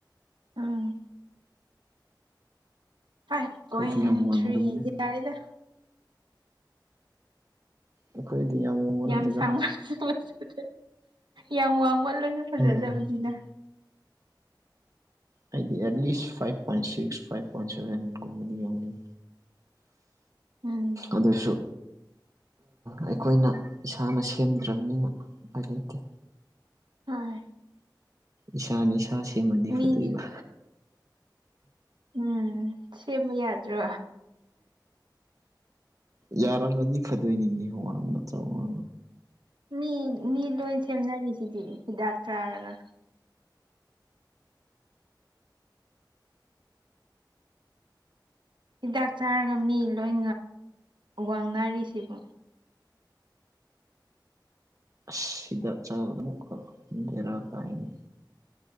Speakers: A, on the right; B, on the right.
A: ꯎꯝ ꯐꯥꯏꯚ ꯄꯣꯏꯟ
B: ꯑꯩꯈꯣꯏꯗꯤ ꯌꯥꯝ ꯋꯥꯡꯗꯕꯅꯤ
A: ꯊ꯭ꯔꯤ ꯌꯥꯔꯦꯗ
B: ꯑꯩꯈꯣꯏꯗꯤ ꯌꯥꯝ ꯋꯥꯡꯕ ꯅꯠꯇꯦꯗ
A: ꯌꯥꯝ ꯁꯥꯡꯃꯜꯂ ꯂꯁꯨ ꯌꯥꯝ ꯋꯥꯡꯃꯜꯂꯣꯏꯁꯨ ꯐꯖꯗꯕꯅꯤꯅ
B: ꯎꯝ ꯑꯩꯗꯤ at least five point six five point ꯁꯚꯦꯟꯒꯨꯝꯕꯗꯤ ꯌꯥꯎꯅꯩ
A: ꯎꯝ
B: ꯑꯗꯁꯨ ꯑꯩꯈꯣꯏꯅ ꯏꯁꯥꯅ ꯁꯦꯝꯗ꯭ꯔꯕꯅꯤꯅ ꯍꯥꯏ ꯂꯩꯇꯦ
A: ꯍꯣꯏ
B: ꯏꯁꯥꯅ ꯏꯁꯥ ꯁꯦꯝꯃꯗꯤ
A: ꯃꯤꯗꯤ
B: ꯐꯗꯣꯛꯕ
A: ꯎꯝ ꯁꯦꯝꯕ ꯌꯥꯗ꯭ꯔꯣ
B: ꯌꯥꯔꯝꯃꯗꯤ ꯐꯗꯣꯏꯅꯤꯅꯦꯡ ꯅꯠꯇ꯭ꯔ ꯋꯥ
A: ꯃꯤ ꯃꯤ ꯂꯣꯏ ꯁꯦꯝꯅꯔꯤꯁꯤꯗꯤ ꯍꯤꯗꯥꯛ ꯆꯥꯔꯒ ꯍꯤꯗꯥꯛ ꯆꯥꯔꯒ ꯃꯤ ꯂꯣꯏ ꯋꯥꯡꯅꯔꯤꯁꯤꯕ
B: ꯁꯤꯗꯥꯛ ꯆ ꯑꯗꯨꯀ ꯗꯦꯔꯥ ꯀꯥꯏꯅꯤ